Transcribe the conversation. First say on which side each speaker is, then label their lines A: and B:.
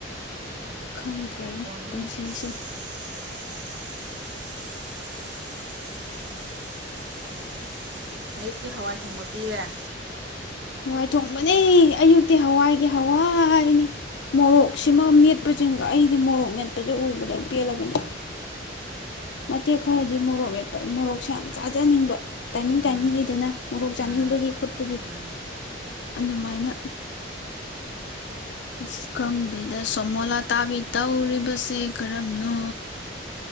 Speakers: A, on the left; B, on the right.
A: ꯈꯪꯗ꯭ꯔꯦꯅꯦ
B: ꯑꯣꯏꯗꯣꯏꯅꯤ
A: ꯄꯨꯟꯁꯤꯁꯦ
B: <inaudible> ꯑꯌꯨꯛꯇꯤ ꯍꯋꯥꯏ ꯊꯣꯡꯕ ꯄꯤꯔꯦ <unintelligible>
A: ꯍꯋꯥꯏ ꯊꯣꯡꯕꯅꯤ ꯑꯌꯨꯛꯇꯤ ꯍꯋꯥꯏꯒꯤ ꯍꯋꯥꯏꯅꯤ ꯃꯣꯔꯣꯛꯁꯤꯃ ꯃꯦꯠꯄꯁꯤꯡꯒ ꯑꯩꯗꯤ ꯃꯣꯔꯣꯛ ꯃꯦꯠꯄꯁꯦ ꯎꯕꯗ ꯄꯦꯜꯂꯕꯅꯤ ꯃꯇꯦꯛ ꯈꯔꯗꯤ ꯃꯣꯔꯣꯛ ꯃꯦꯠꯄ ꯃꯣꯔꯣꯛꯁꯦ ꯌꯥꯝ ꯆꯥꯖꯅꯤꯡꯕ ꯇꯥꯏꯃꯤꯡ
B: ꯎꯝ
A: ꯇꯥꯏꯃꯤꯡ ꯂꯩꯗꯅ ꯃꯣꯔꯣꯛ ꯆꯥꯅꯤꯡꯕꯒꯤ
B: ꯎꯝ
A: ꯈꯣꯠꯄꯒꯤ
B: ꯎꯝ
A: ꯑꯗꯨꯃꯥꯏꯅ ꯑꯁ ꯈꯪꯗꯦꯗ ꯁꯣꯃꯣꯂꯥꯇꯥꯕꯤ ꯇꯧꯔꯤꯕꯁꯦ ꯀꯔꯝꯅꯣ